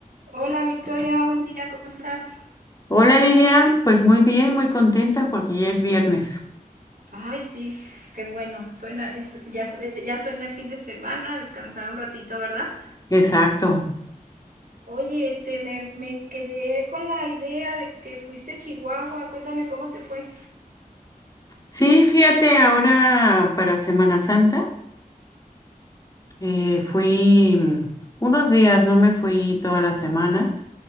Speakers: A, on the right; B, on the left.
A: Hola Victoria, buen día, ¿cómo estás?
B: Hola Lidia, pues muy bien, muy contenta porque ya es viernes.
A: Ay, sí, qué bueno, suena, es- ya, su- eh, ya suena el fin de semana, descansar un ratito, ¿verdad?
B: Exacto.
A: Oye, este, me, me quedé con la idea de que fuiste a Chihuahua, cuéntame cómo te fue.
B: Sí, fíjate, ahora para Semana Santa eh, fui mm, unos días, no me fui toda la semana,